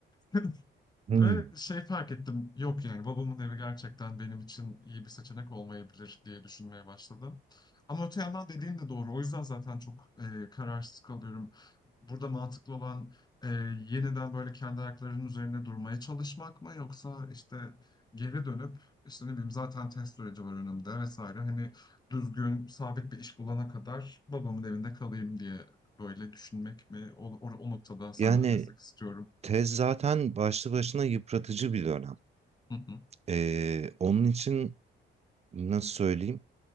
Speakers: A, on the left (about 20°); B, on the right (about 30°).
A: <laughs>
B: Hmm.
A: Ve şey fark ettim yok yani babamın evi gerçekten benim için iyi bir seçenek olmayabilir diye düşünmeye başladım. Ama öte yandan dediğin de doğru. O yüzden zaten çok e, kararsız kalıyorum. Burada mantıklı olan e, yeniden böyle kendi ayaklarının üzerine durmaya çalışmak mı yoksa işte geri dönüp işte ne bileyim zaten test süreci var önümde vesaire. Hani düzgün sabit bir iş bulana kadar babamın evinde kalayım diye böyle düşünmek mi? O, o, o noktada senden
B: Yani
A: destek istiyorum.
B: tez zaten başlı başına yıpratıcı bir dönem.
A: Hı hı.
B: Ee, onun için nasıl söyleyeyim?